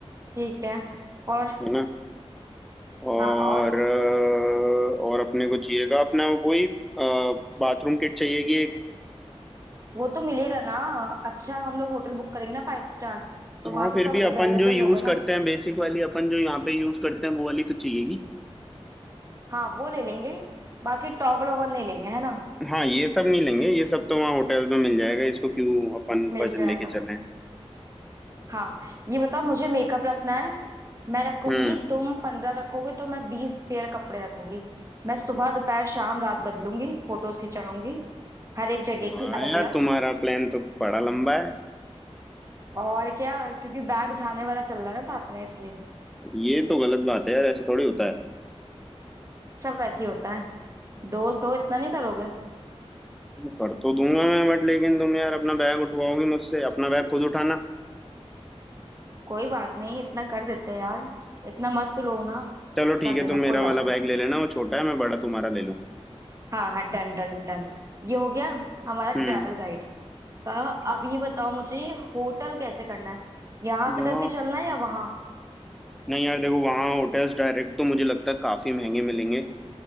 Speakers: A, on the right; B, in the centre.
A: ठीक है और
B: है और
A: हाँ और
B: अ, और अपने को चाहिएगा अपना वही बाथरूम किट चाहिएगी एक
A: वो तो मिलेगा ना अच्छा हम लोग होटल बुक करेंगे ना फाइव स्टार तो वहाँ
B: हाँ
A: तो
B: फिर
A: सब
B: भी
A: अवेलेबल
B: अपन जो यूज
A: होगा ना
B: करते हैं बेसिक वाली अपन जो यहाँ पे यूज करते हैं वो वाली तो चाहिएगी
A: हाँ वो ले लेंगे बाकी टॉवल ओवल नहीं लेंगे है ना
B: हाँ ये सब नहीं लेंगे ये सब तो वहाँ होटल्स में मिल जाएगा इसको क्यों अपन
A: मिल
B: वजन
A: जाएगा
B: लेके चलें
A: हाँ ये बताओ मुझे मेकअप रखना है मैं रखूंगी
B: हम्म
A: तुम पंद्रह रखोगे तो मैं बीस पेयर कपड़े रखूंगी मैं सुबह दोपहर शाम रात बदलूंगी फोटोज खिंचाऊंगी हर एक जगह
B: वाह
A: की अलग
B: यार
A: अलग
B: तुम्हारा प्लान तो बड़ा लंबा है
A: और क्या क्योंकि बैग उठाने वाला चल रहा है ना साथ में इसलिए
B: ये तो गलत बात है यार ऐसे थोड़ी होता है
A: सब ऐसे ही होता है दोस्त हो इतना नहीं करोगे
B: कर तो दूंगा मैं बट लेकिन तुम यार अपना बैग उठवाओगी मुझसे अपना बैग खुद उठाना
A: कोई बात नहीं इतना कर देते हैं यार इतना मत रो ना
B: चलो ठीक
A: कर
B: है
A: देना
B: तुम मेरा
A: कोई बात
B: वाला
A: नहीं
B: बैग ले लेना वो छोटा है मैं बड़ा तुम्हारा ले लूंगा
A: हाँ हाँ डन डन डन ये हो गया हमारा
B: हम्म
A: ट्रैवल गाइड तो अब ये बताओ मुझे होटल कैसे करना है यहाँ
B: ना
A: से करके चलना है या वहाँ
B: नहीं यार देखो वहाँ होटल्स डायरेक्ट तो मुझे लगता है काफी महंगे मिलेंगे